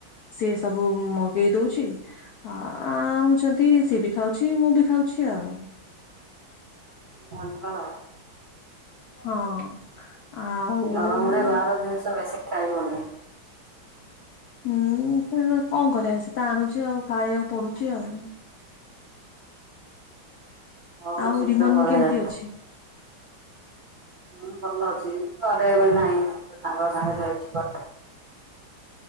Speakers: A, on the left; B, on the right.
A: ସିଏ ସବୁ ମଗେଇ ଦଉଛି। ହଁ ଆଣୁଚନ୍ତି ସେ ବି ଖାଉଛି ମୁଁ ବି ଖାଉଛି ଆଉ।
B: ମନ ଆଉ।
A: ହଁ। ଆଉ
B: ଏଇ ଗରମ ରେ ବାହାର ଜିନିଷ ବେଶି ଖାଇବନି।
A: ହୁଁ ସେ ତ କ କଣ କରିବା ସେ ତ ଆଣୁଛି ଆଉ ଖାଇବାକୁ ପଡୁଚି ଆଉ।
B: ହଉ
A: ଆଉ
B: ଶୀଘ୍ର
A: ରିମନ୍
B: ପଳେଇବା
A: କେମିତି ଅଛି?
B: ହଁ ଭଲ ଅଛି ଘରେ ଏବେ ନାଇଁ ତା ସାଙ୍ଗ ସାଙ୍ଗେ ଯାଇଛି କୁଆ